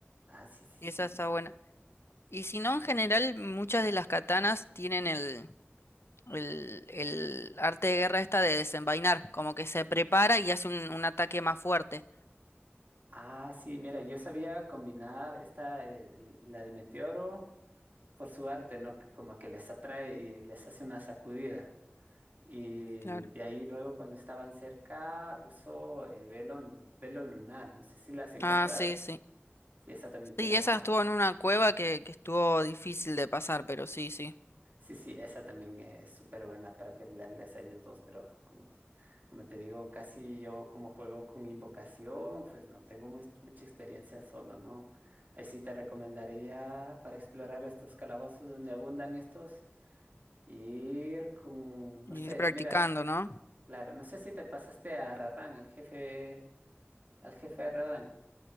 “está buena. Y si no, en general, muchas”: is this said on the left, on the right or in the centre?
Left